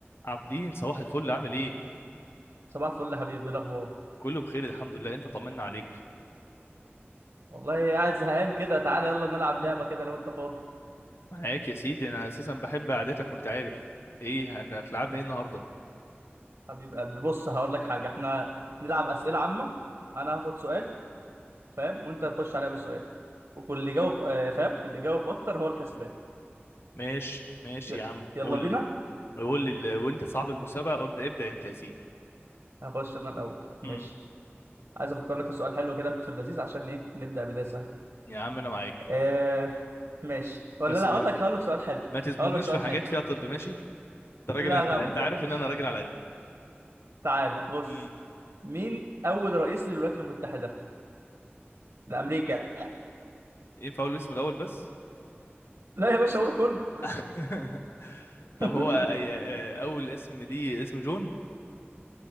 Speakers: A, on the left; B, on the right.
A: عابدين صباح الفل عامل ايه
B: صباح الفل يا حبيبي ايه الاخبار
A: كله بخير الحمد لله انت طمنا عليك
B: والله قاعد زهقان كده تعالى يلا نلعب لعبه كده لو انت فاضي
A: معاك يا سيدي انا اساسا بحب قعدتك وانت عارف ايه هن- هتلعبنا
B: حب-
A: ايه النهارده
B: حبيب قلبي بص هقول لك حاجه احنا نلعب اسئله عامه انا هاخد سؤال فاهم وانت تخش عليا بالسؤال وكل اللي جاوب آه، فاهم اللي جاوب اكتر هو الكسبان
A: ماشي ماشي
B: ي-
A: يا عم
B: يلا
A: قول
B: بينا
A: لي قول لي ال- وانت صاحب المسابقه ابدا ابدا انت يا سيدي
B: هخش انا الاول ماشي
A: امم
B: عايز افكر لك في سؤال حلو كده في اللذيذ عشان ايه نبدا بدايه سهله
A: يا عم انا معاك
B: آه ماشي ولا
A: بس
B: لا
A: ما
B: اقول لك هقول لك سؤال حلو
A: ما تزنونيش
B: هقول لك سؤال
A: في حاجات
B: حلو
A: فيها طب ماشي انت راجل
B: لا
A: انت
B: لا
A: انت
B: ما تقلقش
A: عارف ان انا راجل على قد
B: تعالى بص
A: امم
B: مين اول رئيس للولايات المتحده ده امريكا
A: ينفع اقول اسمه الاول بس
B: لا يا باشا اقوله كله
A: <laughs> طب
B: <laughs>
A: هو اي- اول اسم دي اسم جون